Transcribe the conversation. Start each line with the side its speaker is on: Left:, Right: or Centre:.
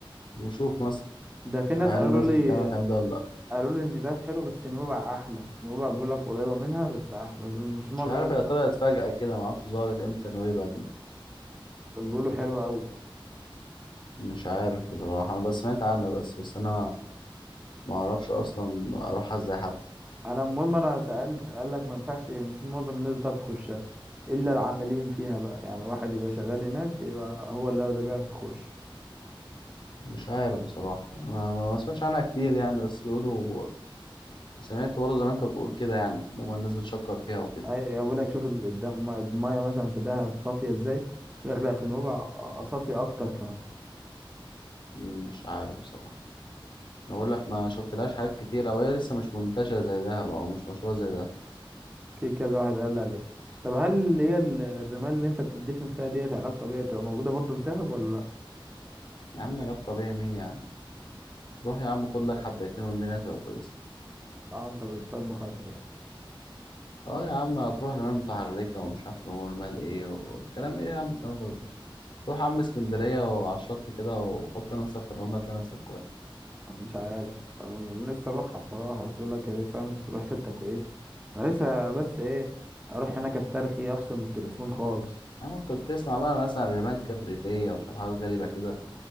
Left: وشوف مثلا
Right: ده في ناس
Left: هل
Right: قالوا
Left: الناس
Right: لي
Left: بتتكلم على الكلام ده ولا لا
Right: قالوا لي ان دهب حلو بس نويبع احلى نويبع بيقول لك قريبه منها بس احلى بس مش معظم
Left: مش عارف
Right: الناس
Left: هي
Right: بتاع-
Left: طلعت فجأة كده ما اعرفش ظهرت امتى نويبع دي
Right: بيقولوا حلو قوي
Left: مش عارف بصراحة انا بس سمعت عنها بس بس انا ما اعرفش اصلا اروحها ازاي حتى
Right: انا المهم انا سالت قال لك ما ينفعش مش معظم الناس بتعرف تخشها الا العاملين فيها بقى يعني واحد يبقى شغال هناك يبقى هو اللي اللي بيعرف يخش
Left: مش عارف بصراحة أنا ما ما سمعتش عنها كتير يعني بس بيقولوا سمعت برضه زي ما أنت بتقول كده يعني إن هو الناس بتشكر فيها وكده
Right: اي بقول لك شوف ال- الدم- الميه مثلا في دهب صافيه ازاي يقول لك لا في نوبع صافيه اكتر كمان
Left: مش عارف بصراحة أنا بقول لك ما شفتلهاش حاجات كتير أو هي لسه مش منتشرة زي دهب أو مش مشهورة
Right: مم.
Left: زي ده
Right: في كذا واحد قال لي عليه طب هل اللي هي ال- الرمال اللي انت بتدفن فيها ديت علاج طبيعي بتبقى موجوده برضو في دهب ولا لا؟
Left: يا عم علاج طبيعي مين يا عم روح يا عم خد لك حبيتين والدنيا هتبقى كويسة
Right: اه انت بتطبخ اكتر يعني
Left: أه يا عم هتروح رمال متحركة ومش عارف رمال إيه والكلام إيه يا عم الكلام فاضي ده روح يا عم اسكندرية وعلى الشط كده وحط نفسك في الرملة هتلاقي نفسك كويس
Right: مش عارف انا نفسي اروحها بصراحه بس يقول لك إيه، فاهم انت تروح حته كويسه انا لسه بس ايه اروح هناك استرخي افصل من التليفون خالص
Left: أما كنت بتسمع بقى مثلا عن رمال كبريتية ومش عارف حاجات غريبة كده